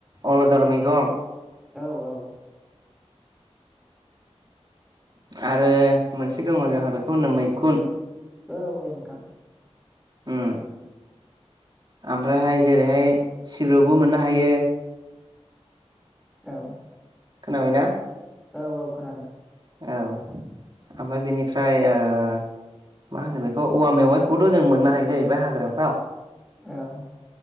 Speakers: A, on the right; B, in the centre.
A: अलदर मैगं।
B: औ औ।
A: आरो मोनसे दङ' जोंहा बेखौ होनो मैखुन।
B: औ औ नोंथां।
A: ओम ओमफ्रायहाय जेरैहाय सिब्रुबो मोननो हायो।
B: औ।
A: खोनाबायना?
B: औ औ खोनादों।
A: औ ओमफ्राय बेनिफ्राय ओ मा होनो बेखौ औवा मेवाइखौथ' जों मोननो हायो जाहैबाय हाग्राफ्राव।
B: औ